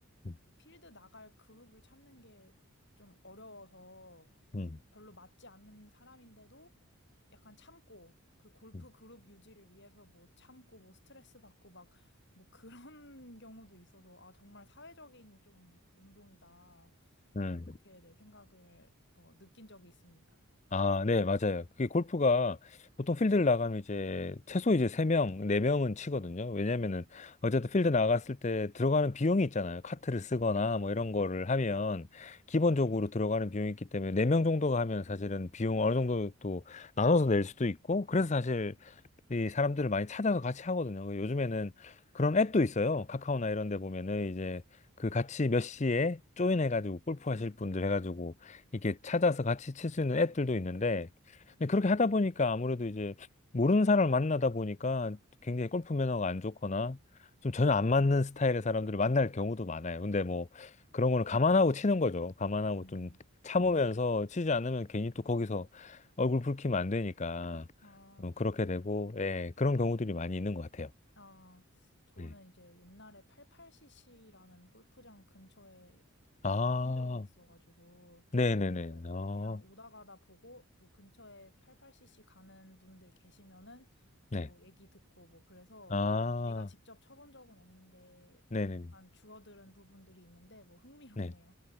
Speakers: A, on the left; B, on the left.
A: 음.
B: 그 필드 나갈 그룹을 찾는 게 좀 어려워서
A: 음.
B: 별로 맞지 않는 사람인데도 약간 참고 그 골프
A: 음.
B: 그룹 유지를 위해서 뭐 참고 뭐 스트레스 받고 막 뭐 그런 <laughs> 경우도 있어서 아 정말 사회적인 좀 운동이다
A: 음.
B: 좀 그렇게 내 생각을 어, 느낀 적이 있습니다.
A: 아, 네, 맞아요. 그게 골프가 보통 필드를 나가면 이제 최소 이제 세명네명은 치거든요. 왜냐면은
B: 네.
A: 어쨌든 필드 나갔을 때 들어가는 비용이 있잖아요. 카트를 쓰거나 뭐 이런 거를 하면 기본적으로 들어가는 비용이 있기 때문에 네 명 정도가 하면 사실은 비용 어느 정도 또 나눠서 낼 수도 있고 그래서 사실 이 사람들을 많이 찾아서 같이 하거든요. 그 요즘에는 그런 앱도 있어요. 카카오나 이런 데 보면은 이제 그 같이 몇 시에 조인해가지고 골프 하실 분들 해가지고 이렇게 찾아서 같이 칠 수 있는 앱들도 있는데 근데 그렇게 하다 보니까 아무래도 이제 모르는 사람을 만나다 보니까 굉장히 골프 매너가 안 좋거나 좀 전혀 안 맞는 스타일의 사람들을 만날 경우도 많아요. 근데 뭐 그런 거는 감안하고 치는 거죠. 감안하고
B: 음.
A: 좀 참으면서 치지 않으면 괜히 또 거기서 얼굴 붉히면 안 되니까.
B: 아,
A: 어,
B: 맞아요.
A: 그렇게 되고, 예, 그런 경우들이 많이 있는 것 같아요.
B: 아, 저는
A: 네.
B: 이제 옛날에 88cc라는 골프장 근처에
A: 아,
B: 한 적이 있어가지고,
A: 네네네.
B: 그래서
A: 아,
B: 예, 그냥 오다 가다 보고, 뭐 근처에 88cc 가는 분들 계시면은,
A: 네.
B: 뭐 얘기 듣고, 뭐 그래서
A: 아,
B: 제가 직접 쳐본 적은 없는데,
A: 네네네.
B: 뭐 약간 주워들은 부분들이 있는데, 뭐 흥미롭네요.
A: 네.